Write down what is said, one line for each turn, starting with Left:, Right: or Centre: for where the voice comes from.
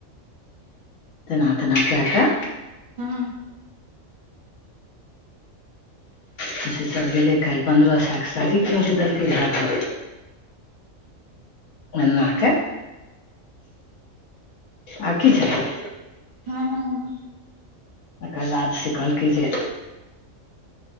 Left: जेना तेना कय कऽ
Right: हँ
Left: तऽ सऽ सभ गेलै काल्हि पन्द्रह सएके साड़ी कीनि कऽ देलकै भाय भाव गन्ना के आब की चाहि
Right: हँ हँ
Left: तकर बाद सऽ कहलकै जे